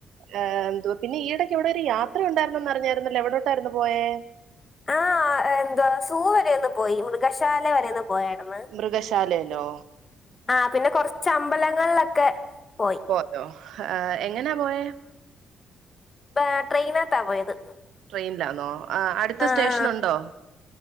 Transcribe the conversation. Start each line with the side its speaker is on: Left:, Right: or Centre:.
Right: ഏ എന്തുവാ പിന്നെ ഈടയൊക്കെവിടെ ഒരു യാത്ര ഉണ്ടായിരൂന്നന്ന് അറിഞ്ഞായിരുന്നല്ലോ എവിടോട്ടായിരുന്നു പോയേ
Left: ആഹ് എന്താ സൂവരെയൊന്ന് പോയി മൃഗശാല വരെയൊന്ന് പോയായിര്ന്ന്
Right: മൃഗശാലെല്ലോ
Left: ആ പിന്നെ കൊറച്ച് അമ്പലങ്ങളിലൊക്കെ പോയി
Right: പോയോ എങ്ങനാ പോയേ
Left: ഏ ട്രെയിനകത്താ പോയത്
Right: ട്രെയിനിലാന്നോ ആ അടുത്ത്
Left: ആഹ്
Right: സ്റ്റേഷൻ ഉണ്ടോ